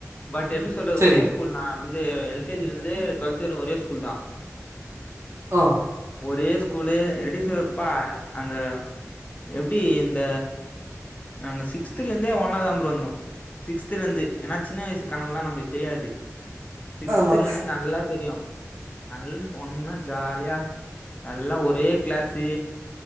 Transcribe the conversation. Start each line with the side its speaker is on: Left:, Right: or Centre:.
Left: பட் எப்டி சொல்றது
Right: சேரி
Left: ஒரே ஸ்கூல் நா வந்து எல்கேஜில இருந்தே டுவெல்த் வர ஒரே ஸ்கூல் தா
Right: ஆ
Left: ஒரே ஸ்கூலு எப்டி சொல் பா அந்த எப்டி இந்த நாங்க சிக்ஸ்துல இருந்தே ஒன்னாதா ப்ரோ இருந்தோ சிக்ஸ்துல இருந்து எனா சின்ன வய்சு கனவுலா நம்ளுக் தெரியாது சிக்ஸ்துல
Right: ஆமா
Left: இருந்து நல்லா தெரியு நல்ல ஒன்னா ஜாலியா நல்லா ஒரே க்ளாஸு